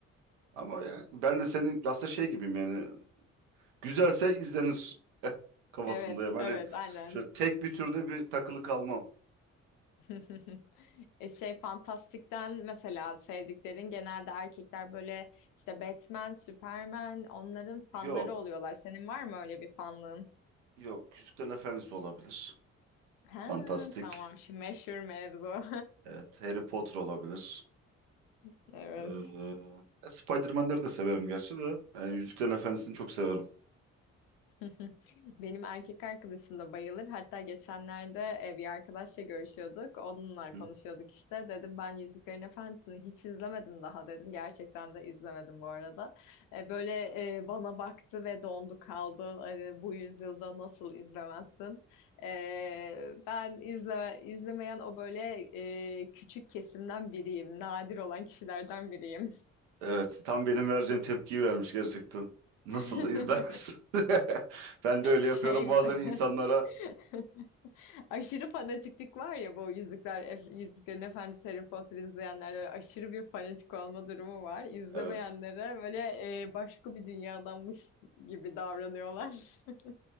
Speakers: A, on the right (about 75°); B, on the left (about 60°).
A: ama yani ben de senin aslında şey gibiyim yani. Güzelse izlenir kafasındayım.
B: Evet,
A: Hani
B: evet, aynen.
A: şöyle tek bir türde bir takılı kalmam.
B: <laughs> E şey Fantastik'ten mesela sevdiklerin genelde erkekler böyle işte Batman, Superman onların fanları
A: Yok.
B: oluyorlar. Senin var mı öyle bir fanlığın?
A: Yok. Yüzüklerin Efendisi olabilir.
B: Ha,
A: Fantastik.
B: tamam şu meşhur mevzu.
A: Evet. Harry Potter olabilir.
B: <laughs> Evet.
A: Ee, e, Spider-Man'leri de severim gerçi de. Yani Yüzüklerin Efendisi'ni çok severim.
B: <laughs> Benim erkek arkadaşım da bayılır. Hatta geçenlerde e, bir arkadaşla görüşüyorduk. Onunla
A: Hı.
B: konuşuyorduk işte. Dedim ben Yüzüklerin Efendisi'ni hiç izlemedim daha dedim. Gerçekten de izlemedim bu arada. E, Böyle e, bana baktı ve dondu kaldı. Hani bu yüzyılda nasıl izlemezsin? E, Ben izleme, izlemeyen o böyle e, küçük kesimden biriyim. Nadir olan kişilerden biriyim.
A: Evet. Tam benim vereceğim tepkiyi vermiş gerçekten. Nasıl
B: <laughs>
A: izlemez? <laughs> Ben de öyle
B: Şey
A: yapıyorum bazen
B: bir de...
A: insanlara.
B: <laughs> Aşırı fanatiklik var ya bu Yüzükler, Ef- Yüzüklerin Efendisi Harry Potter izleyenlerle aşırı bir fanatik olma durumu var. İzlemeyenlere
A: Evet.
B: böyle e, başka bir dünyadanmış gibi davranıyorlar. <laughs>